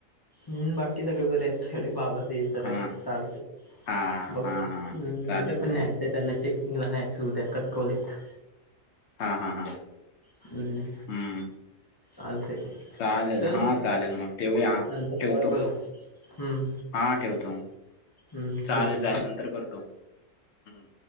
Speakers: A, on the left (about 30°); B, on the left (about 65°).
A: हम्म बाकी सगळे बरे आहेत. तेवढं बाबाच हे जरा
B: हां
A: आहे चालते.
B: हां
A: बघ हम्
B: हां हां चालेल
A: उद्या पण
B: चालेल
A: न्यायचंय त्यांना चेक किंगला न्यायचं उद्या कणकवलीत.
B: हा हा हा.
A: हम्म
B: हम्म.
A: चालतंय
B: चालेल
A: चल
B: हा
A: मग
B: चालेल मग ठेवूया.
A: नंतर
B: ठेवतो
A: कॉल कर हम्म
B: हा ठेवतो
A: हम्म
B: चालेल
A: चल
B: नंतर करतो. हं